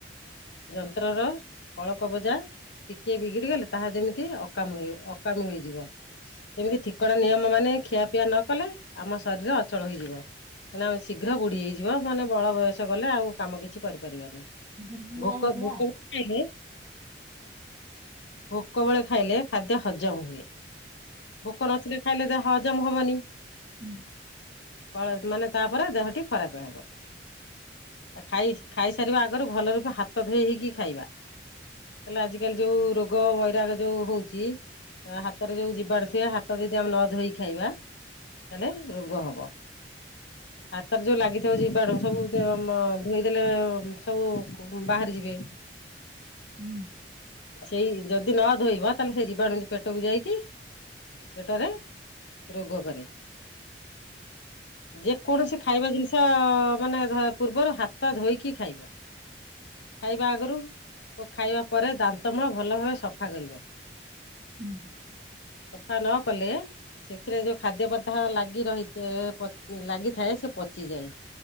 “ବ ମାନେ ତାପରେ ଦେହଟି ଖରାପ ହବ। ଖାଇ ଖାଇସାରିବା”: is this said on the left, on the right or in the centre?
Left